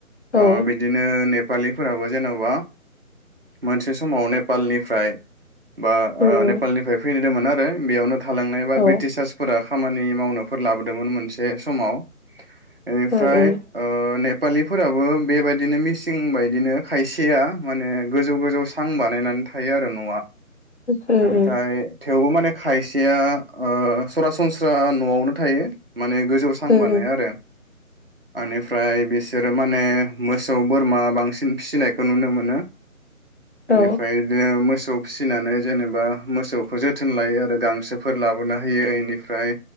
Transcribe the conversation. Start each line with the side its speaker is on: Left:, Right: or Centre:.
Left: औ
Right: ओ बिदिनो ओ नेपालिफोराबो जेन'बा मोनसे समाव नेपालनिफ्राय बा
Left: उम
Right: ओ
Left: उम
Right: नेपालनिफ्राय फैनो फैदोंमोन आरो बेयावनो थालांनाय बा
Left: औ
Right: ब्रिटिस सार्सफोरा खामानि मावनोफोर लाबोदोंमोन मोनसे समाव बेनिफ्राय
Left: उम उम
Right: ओ नेप पालि फोराबो बेबायदिनो मिसिं बायदिनो खायसेया माने गोजौ गोजौ सां बानायनानै थायो आरो न'आ
Left: उम
Right: ओमफ्राय थेवबो माने खायसेया ओ सरासनस्रा न'आवनो थायो माने गोजौ सां
Left: उम
Right: बानायो
Left: उम
Right: आरो ओनिफ्राय बेसे बिसोरो माने मोसौ बोरमा बांसिन फिसिनायखौ नुनो मोनो
Left: औ
Right: इनिफ्राय मोसौ मोसौ फिसिनानै जेनेबा मोसौखौ जोथोन लायो आरो गांसोफोर लाबोना होयो बेनिफ्राय इनिफ्राय